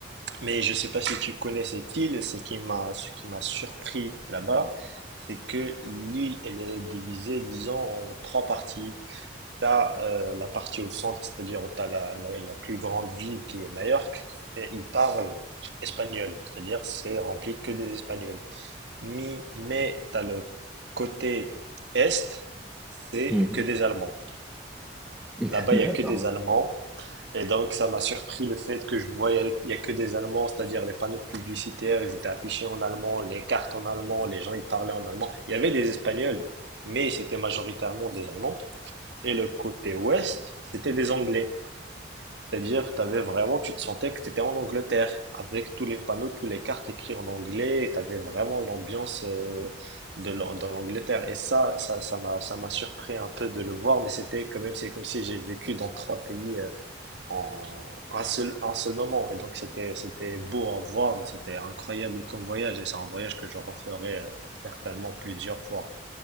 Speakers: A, on the right; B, in the centre.
A: Mais je ne sais pas si tu connais cette île, ce qui m'a, ce qui m'a surpris là-bas, c'est que l'île, elle est divisée, disons, en trois parties. Tu as la partie au centre, c'est-à-dire où tu as la, la- la plus grande ville qui est Majorque, et ils parlent espagnol, c'est-à-dire c'est rempli que des Espagnols. Mi- mais tu as le côté est, c'est
B: Mhm.
A: que des Allemands.
B: <laughs>
A: Là-bas,
B: D'accord,
A: il y a que des Allemands. Et donc, ça m'a surpris le fait que je voyais, il y a que des Allemands, c'est-à-dire les panneaux publicitaires, ils étaient affichés en allemand, les cartes en allemand, les gens, ils parlaient en allemand. Il y avait des Espagnols, mais c'était majoritairement des Allemands. Et le côté ouest, c'était des Anglais. C'est-à-dire, t'avais vraiment, tu te sentais que tu étais en Angleterre, avec tous les panneaux, toutes les cartes écrites en anglais, et tu avais vraiment l'ambiance euh, de l'An- dans l'Angleterre. Et ça, ça, ça m'a, ça m'a surpris un peu de le voir, mais c'était quand même, c'est comme si j'ai vécu dans trois pays euh, en un seul, un seul moment. Et donc, c'était, c'était beau à voir, et c'était incroyable comme voyage, et c'est un voyage que je referai euh, certainement plusieurs fois.